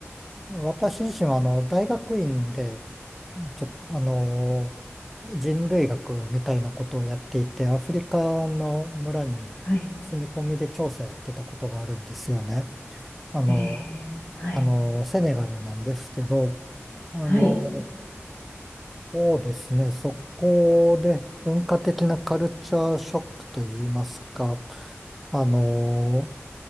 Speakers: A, in the centre; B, on the left.
A: 私自身はあの大学院で、ちょっと、あの、人類学みたいなことをやっていて、アフリカの村に住み込みで調査やってたことがあるんですよね。
B: はい、
A: あの、
B: ええはい、
A: あの、セネガルなんですけど、あの、
B: はい、
A: そうですね、そこで文化的なカルチャーショックといいますか、あの、